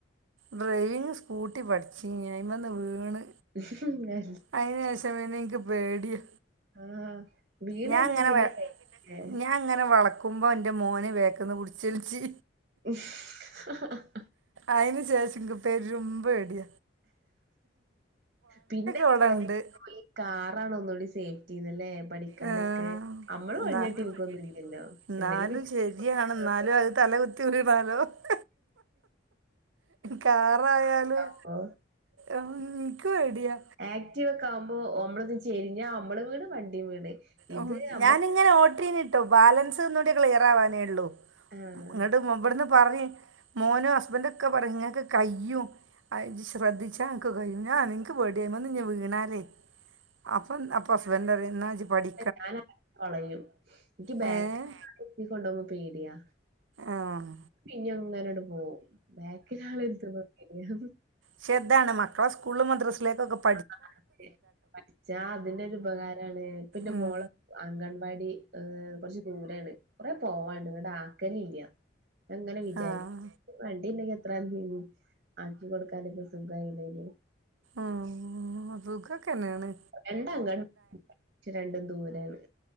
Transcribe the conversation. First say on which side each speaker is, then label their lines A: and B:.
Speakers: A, on the right; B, on the right.
A: ഡ്രൈവിങ് സ്കൂട്ടി പഠിച്ചീനി ഐ മന്ന് വീണ്
B: ങേ
A: അയിന് ശേഷം പിന്നെ എനിക്ക് പേടിയാ
B: ആഹ് വീണഴിഞ്ഞ
A: ഞാൻ അങ്ങനെ
B: പിന്നെ
A: വ-
B: കഴി ലേ
A: ഞാൻ ഇങ്ങനെ വളക്കുമ്പോ ഇന്റെ മോന് ബാക്കന്ന് പിടിച്ചലിച്ച്
B: ഉംഹ്
A: അയിന് ശേഷം ഇക്ക് പെരും പേടി
B: പിന്നെ
A: ഇവിടെണ്ട്
B: വിചാരിക്കും ഈ കാറാണ് ഒന്നൂടി സേഫ്റ്റിന്നല്ലേ പഠിക്കാനൊക്കെ
A: ഏഹ്
B: അമ്മള് <unintelligible>
A: ന്നാലും
B: ഇക്കൊന്നും ഇല്ലല്ലോ
A: ന്നാലും
B: എവിടെലും വച്ച് <inaudible>
A: ശരിയാണ്
B: അല്ലേ
A: ന്നാലും
B: ഉള്ളു
A: അത് <unintelligible> കാറായാലും
B: അതാവുമ്പോ
A: എം ക്ക് പേടിയാ
B: ആക്ടീവ് ഒക്കെ ആകുമ്പോൾ ഒമ്മള് ചെരിഞ്ഞാ അമ്മള് വീണ് വണ്ടീം വീണ്
A: ഒം
B: ഇത് നമ്മ
A: ഞാനിങ്ങനെ ഓട്ടിനിട്ടോ ബാലൻസ് ഒന്നൂടി ക്ലിയർ ആവാനേ ഒള്ളു
B: ആഹ്
A: ഇങ്ങട്ട് മബടന്ന് പറിം മോനും ഹസ്ബന്റും ഒക്കെ പറിംങ്ങക്ക് കയ്യും ഇജ്ജ് അയ്ശ്രദ്ധിച്ചാനക്ക് കഴിയും ഞാൻ നക്ക് പേടിയ്മന്ന് വീണാല് അപ്പൊം അപ്പൊ ഹസ്ബന്റ്റിംന്നാ പഠി
B: ഞൻ വിടെ പളയും എനിക്ക് ബാക്ക്ലാളെ
A: ഏഹ്
B: ഇരിത്തി കൊണ്ടോകുമ്പോ പേടിയാ
A: ആഹ്
B: പിന്നിം ങ്ങനട് പോകും ബാക്കിലാളര്ത്തുംമ്പൊ പേടിയാ
A: ച്ചെ താണ് മക്കളെ സ്കൂളിലുംമ ദ്രസ്സിലേക്കൊക്കെ പു
B: ആഹ് അതേ പഠിച്ച അതിനൊരു ഉപകാരാണ് പ്പൊന്റെ
A: ഉം
B: മോള പുവ അംഗൻവാടി ഏ കുറച്ച് ദൂരാണ് കുറെ പോവാണ്ട് എന്നിട്ട്ആക്കല് ഇല്ല എങ്ങനെ വിചാരിക്കും
A: ആഹ്
B: വണ്ടിണ്ടങ്കിഎത്ര ന്നനിനീ ആക്കി കൊടുക്കാനൊക്കെ സുഖയില്ലേല്
A: ആഹ് സുഖൊക്കെന്നേണ്
B: രണ്ട് അംഗൻ ഇച് രണ്ടും ദൂരെണ്